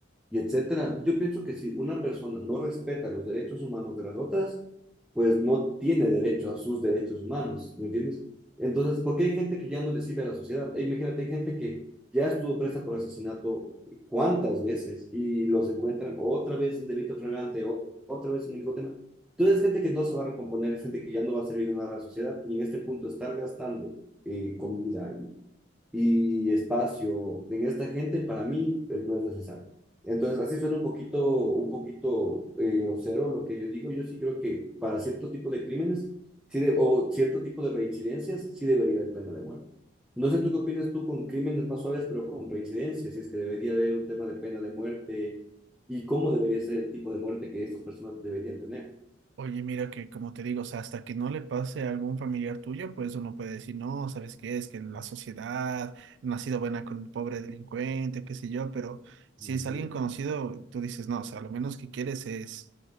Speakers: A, in the centre; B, on the right.
A: y etcétera. Yo pienso que si una persona no respeta los derechos humanos de las otras, pues no tiene derecho a sus derechos humanos, ¿me entiendes? Entonces, ¿por qué hay gente que ya no le sirve a la sociedad? E imagínate, hay gente que ya estuvo presa por asesinato cuántas veces y los encuentran otra vez en delito flagrante o otra vez en el mismo tema. Entonces, es gente que no se va a recomponer, es gente que ya no va a servir de nada a la sociedad y en este punto estar gastando eh, comida y y espacio en esta gente para mí pues, no es necesario. Entonces, así suena un poquito, un poquito eh, grosero lo que yo digo. Yo sí creo que para ciertos tipos de crímenes sí de- o cierto tipo de reincidencias sí debería haber pena de muerte. No sé tú qué opinas tú con crímenes más suaves, pero con reincidencias, si es que debería haber un tema de pena de muerte y cómo debería ser el tipo de muerte que estas personas deberían tener.
B: Oye, mira que como te digo, o sea, hasta que no le pase a algún familiar tuyo, pues uno puede decir, no, ¿sabes qué? Es que en la sociedad no ha sido buena con el pobre delincuente, qué sé yo, pero si
A: Ujú,
B: es alguien conocido, tú dices, no, o sea, lo menos que quieres es,